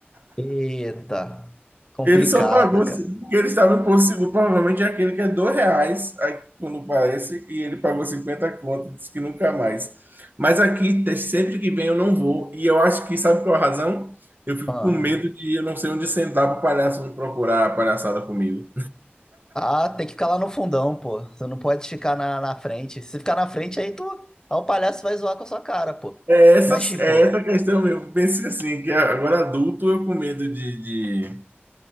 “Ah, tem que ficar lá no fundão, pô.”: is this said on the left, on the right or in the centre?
Left